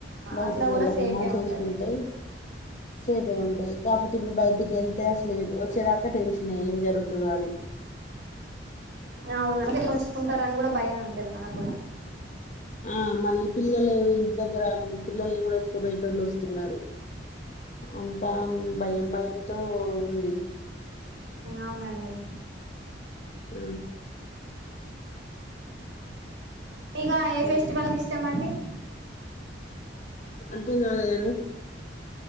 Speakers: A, on the left; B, on the right.
A: బయటికి
B: అట్లా కూడా
A: వెళ్ళకుండా
B: సేఫే
A: చేసుకుంటే
B: ఉంటది
A: సేపే ఉంటాంది కాకపోతే ఇప్పుడు బయటికి వెళ్తే అసలే వచ్చేదాకా టెన్స్ ఏం జరుగుతుందో అని
B: అవును ఉంచకుంటార అని కూడా భయమే ఉంటది మనకు కూడా
A: ఆ! మళ్ళీ పిల్లలు ఇంటి దగ్గర పిల్లల్ని కూడా ఎతుకు పోయేటోళ్లు వస్తున్నారు అంత భయం భయంతో ఉంది
B: అవునండి
A: ఊ
B: మీక ఏ
A: హ్మ్.
B: ఫెస్టివల్ ఇష్టం అండి
A: అర్థం కాలేదండి